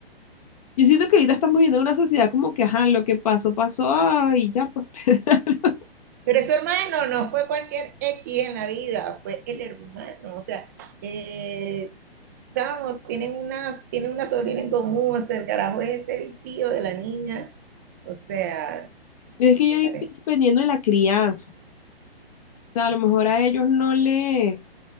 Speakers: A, on the left; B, on the right.
A: yo siento que ahorita estamos viviendo una sociedad como que, ajá, lo que pasó, pasó, ay, ya, pues. <laughs>
B: Pero es su hermano, no fue cualquier X en la vida, fue el hermano. O sea, eh, chamo, tienen una, tienen una sobrina en común, o sea, el carajo es el tío de la niña O sea,
A: Pero es que
B: me
A: yo digo
B: parece.
A: que es dependiendo de la crianza. O sea, a lo mejor a ellos no le,